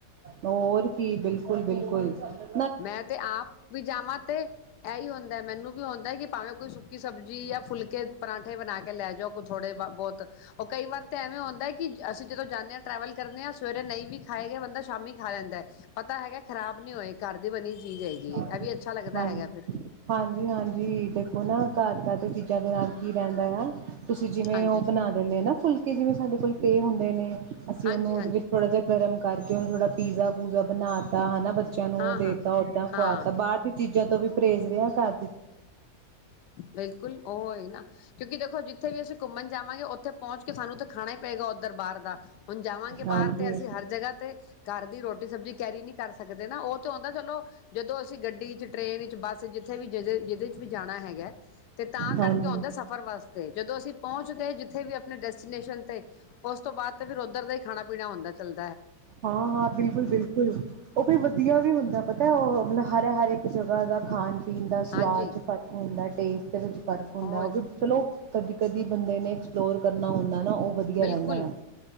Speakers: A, on the right (about 75°); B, on the left (about 85°).
A: ਹੋਰ ਕੀ ਬਿਲਕੁਲ ਬਿਲਕੁਲ ਕੁੱਲ
B: ਮੈਂ ਤੇ ਆਪ ਵੀ ਜਾਵਾਂ ਤੇ ਇਹੀ ਹੁੰਦਾ ਮੈਨੂੰ ਵੀ ਹੁੰਦਾ ਕਿ ਭਾਵੇਂ ਕੋਈ ਸੁੱਕੀ ਸਬਜ਼ੀ ਜਾਂ ਫੁਲਕੇ ਪਰਾਂਠੇ ਬਣਾ ਕੇ ਲੈ ਜਾਓ ਕੁ ਥੋੜ੍ਹੇ ਵ ਬਹੁਤ ਉਹ ਕਈ ਵਾਰ ਤਾਂ ਐਵੇਂ ਹੁੰਦਾ ਹੈ ਕਿ ਅਸੀਂ ਜਦੋਂ ਜਾਂਦੇ ਹ ਟਰੈਵਲ ਕਰਦੇ ਹਾਂ ਸਵੇਰੇ ਨਹੀਂ ਵੀ ਖਾਏਗਾ ਬੰਦਾ ਸ਼ਾਮੀ ਖਾ ਲੈਂਦਾ ਪਤਾ ਹੈਗਾ ਖਰਾਬ ਨੀ ਹੋਏ ਘਰ ਦੀ ਬਣੀ ਚੀਜ਼ ਹੈਗੀ ਹੈ
A: ਹਾਂਜੀ-
B: ਇਹ ਵੀ ਅੱਛਾ ਲੱਗਦਾ ਹੈਗਾ ਫਿਰ
A: ਹਾਂਜੀ- ਹਾਂਜੀ, ਦੇਖੋ ਨਾ ਘਰ ਤਾਂ <unintelligible> ਚੀਜ਼ਾਂ ਦੇ ਨਾਲ ਕੀ ਰਹਿੰਦਾ ਆ <inaudible> ਤੁਸੀਂ ਜਿਵੇਂ
B: ਹਾਂਜੀ
A: ਉਹ ਬਣਾ ਦਿੰਦੇ ਹੋ ਨਾ ਫੁਲ ਕਿ ਜਿਵੇਂ ਸਾਡੇ ਕੋਲ ਪੈ ਹੁੰਦੇ ਨੇ ਅਸੀਂ
B: ਹਾਂਜੀ
A: ਉਹਨੂੰ ਉਹਦੇ
B: ਹਾਂਜੀ
A: ਵਿੱਚ ਥੋੜਾ ਜਿਹਾ ਗਰਮ ਕਰ <unintelligible> ਥੋੜਾ ਪੀਜ਼ਾ ਪੂਜਾ ਬਨਾ ਤਾ ਹਨਾ ਬਚ <unintelligible> ਨੂੰ
B: ਹਾਂ
A: ਉਹ ਦੇਤਾ
B: ਹਾਂ
A: ਓਦਾਂ
B: ਹਾਂ
A: ਖਵਾਤਾ ਬਾਹਰ ਦੀ ਤੋਂ ਵੀ ਪਰਹੇਜ਼ ਰਿਹਾ ਕਰ
B: ਬਿਲਕੁੱਲ ਓਹ ਹੀ ਨਾ ਕਿਉਂਕਿ ਦੇਖੋ ਜਿੱਥੇ ਵੀ ਅਸੀਂ ਘੁੰਮਣ ਜਾਵਾਂਗੇ ਉੱਥੇ ਪਹੁੰਚ ਕੇ ਸਾਨੂੰ ਤਾਂ ਖਾਣਾ ਹੀ ਪਏਗਾ ਉੱਧਰ ਬਾਹਰ ਦਾ ਹੁਣ ਜਾਵਾਂਗੇ
A: ਹਾਂਜੀ
B: ਬਾਹਰ ਤੇ ਅਸੀਂ ਹਰ ਜਗ੍ਹਾ ਤੇ ਘਰ ਦੀ ਰੋ ਟੀ ਸਬਜ਼ੀ ਕੈਰੀ ਨੀ ਕਰ ਸਕਦੇ ਨਾ ਉਹ ਤਾਂ ਆਉਂਦਾ ਚਲੋ ਜਦੋਂ ਅਸੀਂ ਗੱਡੀ ਚ ਟ੍ਰੇਨ ਵਿਚ ਬੱਸ ਵਿਚ ਜਿੱਥੇ ਵੀ <unintelligible> <unintelligible> ਵੀ ਜਾਣਾ ਹੈਗਾ। ਤੇ ਤਾਂ
A: ਹਾਂਜੀ
B: ਕਰਕੇ ਆਉਂਦਾ ਸਫ਼ਰ ਵਾਸਤੇ ਜਦੋਂ ਅਸੀਂ ਪਹੁੰਚ ਗਏ ਜ <unintelligible> ਵੀ ਆਪਣੇ ਡੈਸਟੀਨੇਸ਼ਨ ਤੇ ਉਸ ਤੋਂ ਬਾਅਦ ਤੇ ਫੇਰ ਉੱਧਰ ਦਾ ਹੀ ਖਾਣਾ- ਪੀਣਾ ਹੁੰਦਾ ਚੱਲ
A: ਹਾਂ-ਹਾਂ ਬਿਲਕੁੱਲ -ਬਿਲਕੁੱਲ ਉਹ ਵੀ ਵਧੀਆ ਵੀ ਹੁੰਦਾ ਪਤਾ ਉਹ ਮਤਲਬ ਹਰੇ ਹਰੇ ਜਗ੍ਹਾ ਦਾ ਖਾਣ ਪੀਣ ਦਾ ਸਵਾਦ
B: ਹਾਂਜੀ
A: ਚ ਫ਼ਰਕ ਹੁੰਦਾ ਟੇਸਟ ਵਿੱਚ ਫ਼ਰਕ ਹੁੰਦਾ
B: ਹੋ
A: ਉਹ ਵੀ ਚਲੋ ਕਦੀ -ਕਦੀ ਬੰਦੇ ਨੇ ਐਕਸਪਲੋਰ ਕਰਨਾ ਹੁੰਦਾ ਨਾ ਉਹ ਵਧੀਆ
B: ਬਿਲਕੁਲ
A: ਰਹਿੰਦਾ ਆ